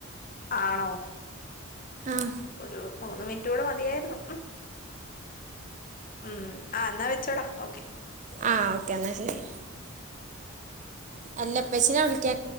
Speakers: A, on the left; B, on the right.
A: ആണോ
B: ആഹ്‌
A: ഒരു മൂന്ന് മിൻറ്റൂടെ മതിയായ്ര്ന്നു ഉം ആഹ്‌ ന്നാ വെച്ചോടാ ഓക്കെ
B: ആഹ്‌ ഓക്കെ എന്നാ ശെരി അല്ല പ്പെച്ചിനെ വിളിക്ക്യാൻ